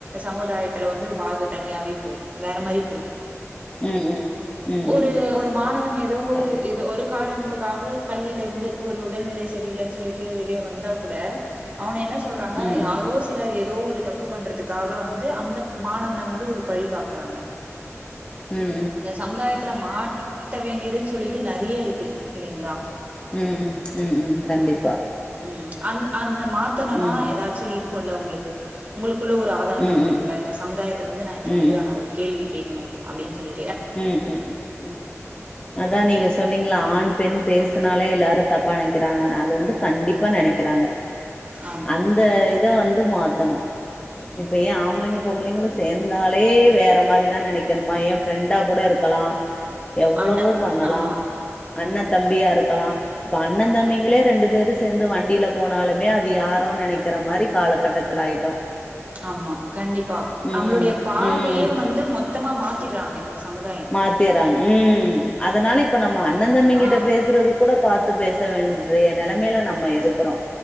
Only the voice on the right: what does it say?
சமுதாயத்துல வந்து ஒரு பார்வை தனியாவே போது வேற மாரி போது
ஒரு
ஒரு மாணவன் ஏதோ ஒரு
இது ஒரு காரணத்துக்காக பள்ளியில இருந்து ஒரு உடல்நிலை சரியில்லன்னு சொல்லிட்டு வெளிய வந்தா கூட அவன என்ன சொல்றாங்க
யாரோ சிலர் ஏதோ ஒரு தப்பு பண்றதுக்காக வந்து அந்த மாணவன வந்து ஒரு பழி காக் றாங்க
இந்த சமுதாயத் துல மாத்த வேண்டியதுன்னு சொல்லீட்டு நெறைய இருக்கு இல்லைங்களா
ம் அந் அந்த மாத்னுன்னோ
ஏதாச்சு இருக்குல்ல உங்களுக்கு உங்களுக் குள்ள ஒரு ஆதங்கம்
இருக்குல இந்த சமுதாயத்த வந்து நா இந்த மாதிரியான
ஒரு கேள்வி கேக்கணு அப்டின்னு சொல்லி
ஆமா
ம்
அண்ணன்
ஆமா
ஆமா கண்டிப்பா
நம்மளுடைய பார்வையே
வந்து மொத்தமா மாத்திடுறாங்க இந்த சமுதாயம்
ஆ